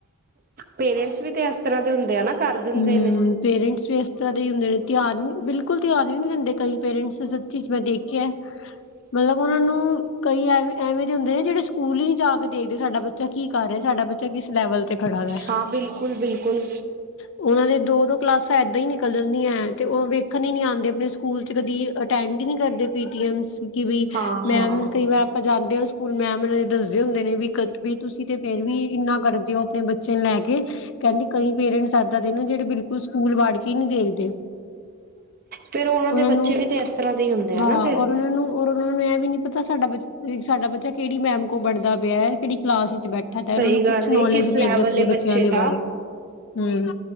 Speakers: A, on the right; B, on the left.
A: ਪੇਰੈਂਟਸ, ਵੀ ਤੇ ਇਸ ਤਰ੍ਹਾਂ ਦੇ ਹੁੰਦੇ ਆ ਨਾ ਕਰ ਦਿੰਦੇ
B: ਹਮ
A: ਨੇ।
B: ਪੇਰੈਂਟਸ ਵੀ ਇਸ ਤਰ੍ਹਾਂ ਦੇ ਹੀ ਹੁੰਦੇ ਨੇ ਧਿਆਨ ਨੀ ਬਿਲਕੁਲ ਧਿਆਨ ਨਹੀਂ ਦਿੰਦੇ ਕਈ ਪੇਰੈਂਟਸ। ਚੀਜ਼ ਮੈਂ ਦੇਖੀ ਹੈ। ਮਤਲਬ, ਉਹਨਾਂ ਨੂੰ ਕਈ ਐਵੇ ਐਵੇਂ ਦੇ ਹੁੰਦੇ ਨੇ ਜਿਹੜੇ ਸਕੂਲ ਨਹੀਂ ਜਾ ਕੇ ਦੇਖਦੇ ਸਾਡਾ ਬੱਚਾ ਕੀ ਕਰ ਰਿਹਾ ਸਾਡਾ ਬੱਚਾ। ਕਿਸ ਲੈਵਲ ਤੇ ਖੜਾ ਹੈ।
A: ਹਾਂ ਬਿਲਕੁਲ ਬਿਲਕੁਲ
B: ਉਹਨਾਂ ਦੇ ਦੋ, ਦੋ ਕਲਾਸਾਂ ਏਦਾਂ ਹੀ ਨਿਕਲ ਜਾਂਦੀਆਂ ਹੈ ਤੇ ਉਹ ਵੇਖਣ ਹੀ ਨੀ ਆਂਦੇ ਆਪਣੇ ਸਕੂਲ ਚ ਕਦੇ ਅਟੈਂਡ ਹੀ ਨ ਕਰਦੇ ਪੀਟੀਐਮ ਬ
A: ਹਾਂ
B: ਮੈਮ
A: ਹਾਂ
B: ਕਈ ਵਾਰ। ਜਾਂਦੇ ਹੋ ਸਕੂਲ ਮੈਮ ਦੱਸਦੇ ਹੁੰਦੇ ਨੇ ਵੀ ਕ ਵੀ ਤੁਸੀਂ ਤੇ ਫੇਰ ਵੀ। ਨਾ, ਕਰ ਦਿਓ ਆਪਣੇ ਬੱਚੇ ਨੂੰ ਲੈ ਕੇ ਕਹਿੰਦੀ ਕਈ ਸਾਦਾ ਤੈਨੂੰ ਜਿਹੜੇ ਬਿਲਕੁਲ ਸਕੂਲ ਵਾੜ ਕੇ ਨਹੀਂ ਦੇਖਦੇ।
A: ਫੇਰ
B: ਉਹਨਾਂ
A: ਦੇ ਬੱਚੇ
B: ਨੂੰ,
A: ਵੀ ਤੇ ਇਸ ਤਰ੍ਹਾਂ ਦੇ ਹੀ ਹੁੰਦੇ ਆ
B: ਹਾਂ
A: ਨਾ ਫਿਰ
B: ਔਰ ਉਹਨਾਂ ਨੂੰ ਔਰ ਉਹਨਾਂ ਨੂੰ ਇਹ ਵੀ ਨੀ ਪਤਾ ਸਾਡਾ ਬੱਚ ਸਾਡਾ ਬੱਚਾ ਕਿਹੜੀ ਮੈਮ ਕੋ ਪੜ੍ਹਦਾ ਪਿਆ, ਕਿਹੜੀ ਕਲਾਸ ਵਿੱਚ ਬੈਠ। ਤਾਂ
A: ਸਹੀ
B: ਇਹਨਾਂ ਨੂੰ
A: ਗੱਲ
B: ਕੁਛ ਨੋਲੇਜ
A: ਏ ਕਿਸ
B: ਨਹੀਂ
A: ਲੈਵਲ
B: ਹੈਗੀ ਆਪਣੇ
A: ਏ
B: ਬੱਚਿਆਂ
A: ਬੱਚੇ
B: ਦੇ
A: ਦਾ
B: ਬਾਰੇ। ਹਮ